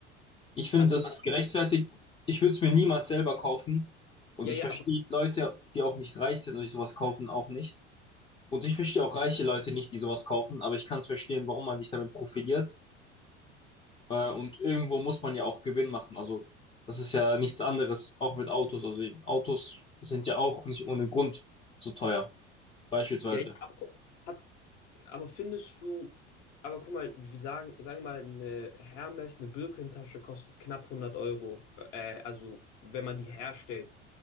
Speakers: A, on the left; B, on the left.
A: Ich finde,
B: also,
A: das ist gerechtfertigt. Ich würde es mir niemals selber kaufen. Und
B: ja,
A: ich
B: ja,
A: verstehe
B: aber,
A: Leute, die auch nicht reich sind und die sowas kaufen, auch nicht. Und ich verstehe auch reiche Leute nicht, die sowas kaufen, aber ich kann es verstehen, warum man sich damit profiliert. Äh, und irgendwo muss man ja auch Gewinn machen. Also das ist ja nichts anderes, auch mit Autos. Also die Autos sind ja auch nicht ohne Grund so teuer, beispielsweise.
B: ja, ja, aber hat, aber findest du, aber guck mal, wir sagen, sagen wir mal, eine Hermes, eine Birkentasche kostet knapp hundert Euro, äh, also, wenn man die herstellt.